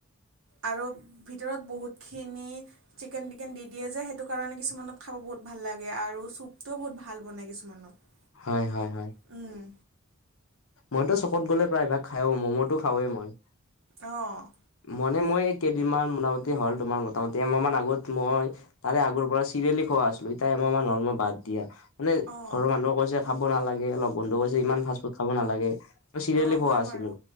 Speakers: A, on the right; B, on the left.
A: আৰু ভিতৰত বহুতখিনি- চিকেন টিকেন দি দিয়ে যে সেইটো কাৰণে কিছুমানত খাব বহুত ভাল লাগে আৰু চুপটোও বহুত ভাল বনায় কিছুমানত।
B: হয় হয় হয়।
A: উম'
B: মইতো চপত গ'লে প্ৰায়ভাগ খাইও ম'ম'টো খাৱেঁ মই।
A: অঁ'
B: মানে মই কেইদিনমান মোটামুটি হ'ল তোমাৰ মোটামুটি এমাহ মান আগত মই তাৰে আগৰ পৰা চিৰিয়েলি খোৱা আছিলো এতিয়া এমাহ মান হ'ল বাদ দিয়া। মানে
A: অঁ,
B: ঘৰৰ মানুহ কৈছে খাব নালাগে লগ বন্ধু কৈছে ইমান ফাষ্ট ফুড খাব নালাগে। মই চিৰিয়েলি
A: অঁ
B: খোৱা
A: হয়
B: আছিলো
A: বাৰু।